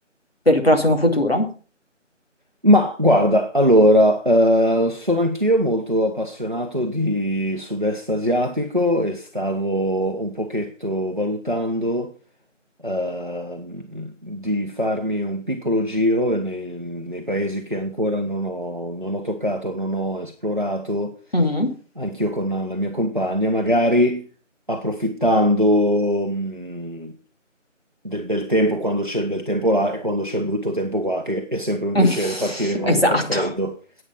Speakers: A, on the left; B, on the right.
A: per il prossimo futuro?
B: Ma guarda, allora, eh, sono anch'io molto appassionato di sud-est asiatico e stavo un pochetto valutando ehm, di farmi un piccolo giro nei, nei paesi che ancora non ho, non ho toccato, non ho esplorato,
A: Mm.
B: anch'io con la mia compagna, magari approfittando, mh, del bel tempo quando c'è il bel tempo là e quando c'è il brutto tempo qua, che è sempre un
A: <laughs>
B: piacere partire quando
A: Esatto,
B: fa freddo.